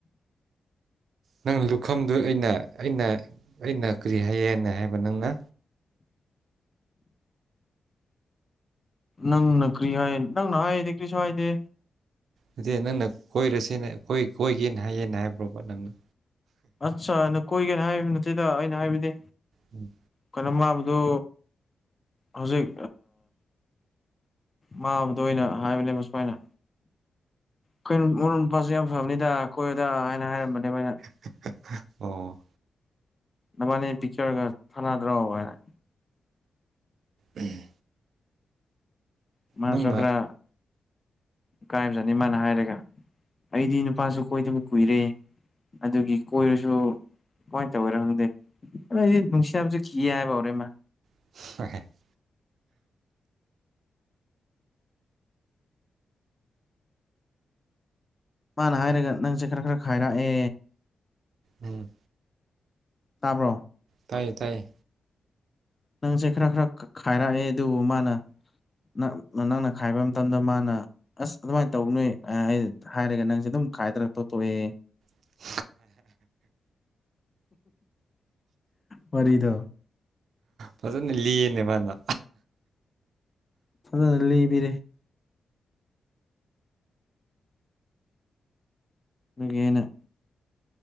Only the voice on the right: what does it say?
ꯅꯪ ꯂꯨꯈꯝꯗꯨ ꯑꯩꯅ ꯑꯩꯅ ꯑꯩꯅ ꯀꯔꯤ ꯍꯥꯏꯌꯦꯅ ꯍꯥꯏꯕ ꯅꯪꯅ
ꯑꯗꯨ ꯅꯪꯅ ꯀꯣꯏꯔꯁꯦꯅ ꯀꯣꯏꯒꯦꯅ ꯍꯥꯏꯌꯦꯅ ꯍꯥꯏꯕ꯭ꯔꯣꯕ ꯅꯪꯅ꯫
ꯎꯝ
<unintelligible> ꯑꯣ꯫
ꯎꯝ꯫
ꯅꯪꯅ
<unintelligible>
ꯎꯝ꯫
ꯇꯥꯏꯌꯦ ꯇꯥꯏꯌꯦ
<inaudible>
ꯐꯖꯅ ꯂꯤꯌꯦꯅꯦ ꯃꯥꯅ